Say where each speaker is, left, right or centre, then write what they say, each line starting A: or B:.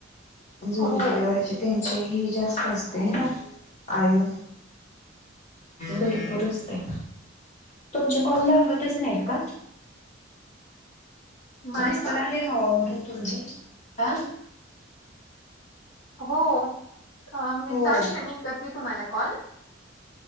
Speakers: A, on the left; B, on the left.
A: झ
B: हो.
A: त्यांचे ह जास्त असते ना आयू भरपूरचते तुमच्या कॉल ला हगतच नाहीत का
B: माझे
A: मिस्तर
B: का?
A: आले गावावरून तुमचे हा
B: हो चालेल
A: हो
B: मी करते तुम्हाला कॉल